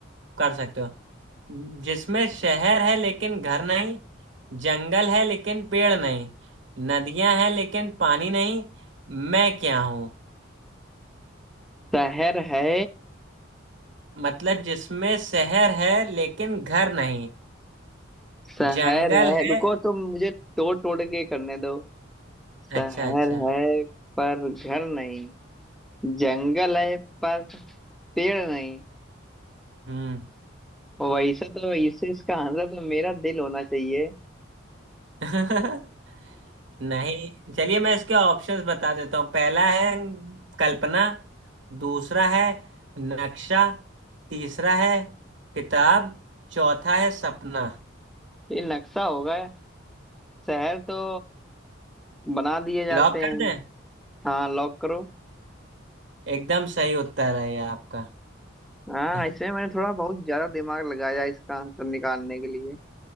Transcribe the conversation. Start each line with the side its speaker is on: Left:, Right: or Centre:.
Right: कर सकते हो जिसमें शहर है लेकिन घर नहीं जंगल है लेकिन पेड़ नहीं नदियां हैं लेकिन पानी नहीं मैं क्या हूं
Centre: शहर है
Right: मतलब जिसमें शहर है लेकिन घर नहीं
Centre: शहर
Right: जंगल
Centre: है
Right: है
Centre: रुको तो मुझे तोड़ तोड़ के करने दो शहर
Right: अच्छा अच्छा
Centre: है पर घर नहीं जंगल है पर पेड़ नहीं
Right: हम्म
Centre: और वैसा तो इससे इसका आंसर तो मेरा दिल होना चाहिए
Right: <laughs> नहीं चलिए मैं इसके ऑप्शंस बता देता हूँ पहला है कल्पना दूसरा है नक्शा तीसरा है किताब चौथा है सपना
Centre: ये नक्शा होगा शहर तो बना दिए जाते
Right: लॉक कर
Centre: हैं
Right: दें
Centre: हाँ लॉक करो
Right: एकदम सही उत्तर है ये आपका
Centre: हाँ
Right: <laughs>
Centre: इसमें मैंने थोड़ा बहुत ज्यादा दिमाग लगाया इसका आंसर निकालने के लिए